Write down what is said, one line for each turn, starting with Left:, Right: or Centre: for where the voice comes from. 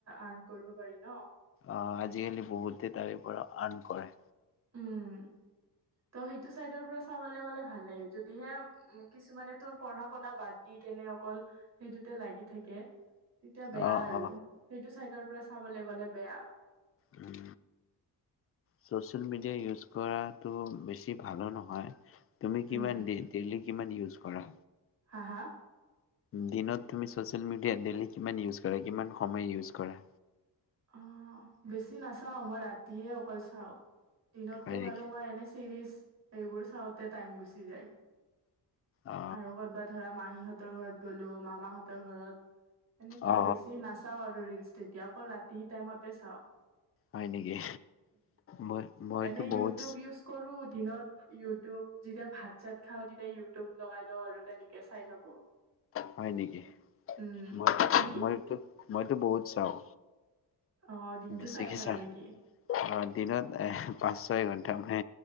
Right: আৰ্ন কৰিব পাৰি ন
Left: আহ আজিকালি বহুতে তাৰে পৰা আৰ্ন কৰে।
Right: উম ত সেইটো চাইডৰ পৰা চাবলে গলে ভালে যদিহে উ কিছুমানে তো পঢ়া শুনা বাদ দি কেনে অকল সেইটোতে লাগি থাকে। তেতিয়া
Left: অ
Right: বেয়া আৰু
Left: অ
Right: সেইটো চাইডৰ পৰা চাবলৈ গ'লে। বেয়া।
Left: উ চচিয়েল মিডিয়া ইউজ কৰাটো বেছি ভালো নহয়। তুমি
Right: উম
Left: কিমান ডেইলি কিমান ইজ কৰা
Right: হা হা
Left: দিনত তুমি ছচিয়েল মিডিয়া দেইলি কিমান ইওজ কৰা কিমান সময় ইওজ কৰা।
Right: অ বেছি নাচাও, মই ৰাতিয়ে অকল চাওঁ। দিনততো
Left: হয়
Right: বাৰু
Left: নেকি
Right: মই এনে চিৰিজ। এইবোৰ চাওঁতে টাইম গুচি যায়।
Left: অ
Right: আৰু কৰ'বাত ধৰা মাহীহঁত। হতৰ ঘৰত গ'লো মামাহঁতৰ ঘৰত। এনেকে
Left: অ
Right: বেছি নাচাও আৰু ৰিলচ তেতিয়া আকৌ ৰাতি। মতে চাওক।
Left: হয় নেকি, মই মই
Right: এনে
Left: টো বহুত।
Right: ইউটিউব ইউজ কৰো দিনত ইউটিউব যেতিয়া ভাত চাত খাও তেতিয়া ইউটিউব লগাই লওঁ আৰু তেনেকে চাই থাকো।
Left: হয় নেকি
Right: উম
Left: মই
Right: তুমি
Left: মইতো মই। টো বহুত চাওঁ।
Right: অ দিনটো
Left: বেছিকৈ
Right: চাইয়ে থাকা
Left: চা
Right: নেকি
Left: অ দিনত এ পাঁচ ছয় ঘন্টা। তামানে